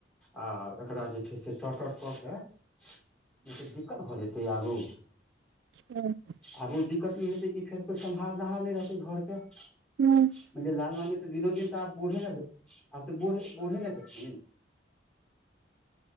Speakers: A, in the centre; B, on the right.
A: आ एकरा जे छै से शॉर्ट आउट क के- - ई त दिक्कत भ जेतै आगू- -
B: छः --
A: आगू दिक्कत नहि हेतै कि फेर कोई समा नहार नहि रहतै घर के- -
B: नहि- -
A: यैई लाल मामी त दिनो दिन त आब बूढ़े नहि भे आब बढ़े बूढ़े नहि भेलखिन।